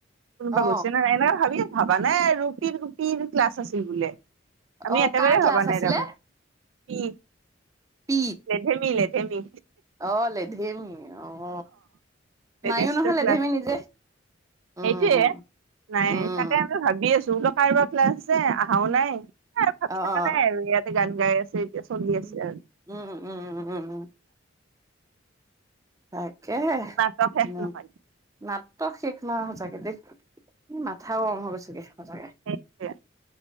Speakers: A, on the right; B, on the right.
A: কোনোবা
B: অ
A: গৈছে ন নাই এনে ভাবি ভাবা নাই ৰুপিৰ ৰুপিৰ ক্লাছ আছিল বোলে আমি
B: অ
A: একেবাৰে
B: কাৰ ক্লাছ
A: ভবা
B: আছিলে
A: নাই তাৰমানে কি,
B: পি
A: লেধেমি লেধে ধেমি
B: অ লেধিমি আহ
A: লেধেমিটোৰ
B: মায়ো নহয় লেধেমি
A: ক্লাছ আছিল
B: নিজে। উম
A: সেইটোয়ে
B: উম
A: নাই
B: উম
A: তাকে আমি ভাবি আছো ল কাৰোবাৰ ক্লাছ আছে অহাও নাই এ ভাবি
B: অ
A: থকা
B: অ
A: নাই আৰু ইয়াতে গান গায় আছে এতিয়া চলি
B: উম!
A: আছে আৰু
B: উম! উম! উম! উম! উম! হয় এহে
A: নাটক শেষ
B: এ
A: নহয়
B: নাটক শেষ নহয় সচাকে দে নাট কথাও কম হ'ব চাগে
A: সেইটোৱে